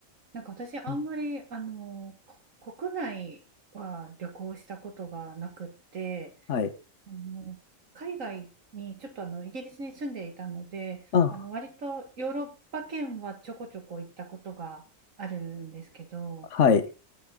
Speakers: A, on the right; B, on the left.
A: なんか私あんまり、
B: うん
A: あのこ国内は旅行したことがなくって、
B: はい。
A: あの海外にちょっとあのイギリスに住んでいたので、
B: あ、
A: あの割とヨーロッパ圏はちょこちょこ行ったことがあるんですけど、
B: はい。